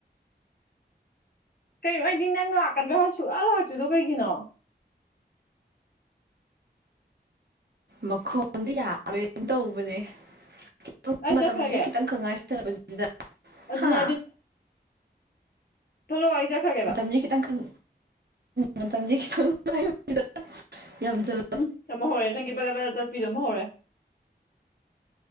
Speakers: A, on the left (about 60°); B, on the right (about 70°).
A: ꯀꯩꯅꯣ ꯑꯩꯗꯤ ꯅꯪ ꯂꯥꯛꯀꯗ꯭ꯔꯥ ꯍꯥꯏꯔꯒ ꯁꯨꯡꯂꯥꯛ ꯂꯥꯛꯇ꯭ꯔꯤꯗꯣ ꯀꯩꯒꯤꯅꯣ
B: ꯃꯈꯣꯟꯗꯣ ꯌꯥꯔꯣꯏꯟ ꯇꯧꯕꯅꯦ <unintelligible>
A: ꯑꯩ
B: ꯃꯇꯝꯖꯤꯖꯨ
A: ꯆꯠꯈ꯭ꯔꯒꯦ
B: ꯈꯤꯇꯪ ꯈꯛ ꯉꯥꯏꯁꯜꯂꯛꯄꯍꯤꯗ
A: ꯑꯗꯨꯅꯦ
B: ꯍꯥ
A: ꯊꯣꯛꯂꯣ ꯑꯩ ꯆꯠꯈ꯭ꯔꯒꯦꯕ
B: ꯇꯝꯖꯦ ꯈꯤꯇꯪꯈꯛ ꯃꯇꯝꯖꯦ <unintelligible> ꯌꯥꯝꯖꯜ
A: ꯎꯝ ꯑꯃꯨꯛ ꯍꯧꯔꯦ ꯅꯪꯒꯤ ꯕꯔꯥ ꯕꯔꯥ ꯇꯠꯄꯤꯗꯣ ꯑꯃꯨꯛ ꯍꯧꯔꯦ